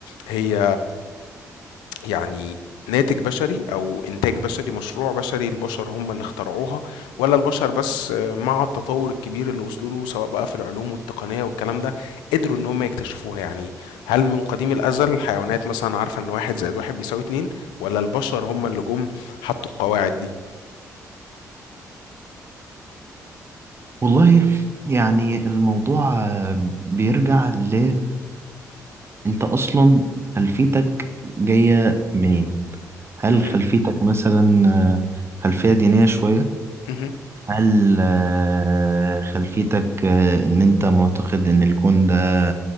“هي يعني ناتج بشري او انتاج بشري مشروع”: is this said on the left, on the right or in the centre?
Left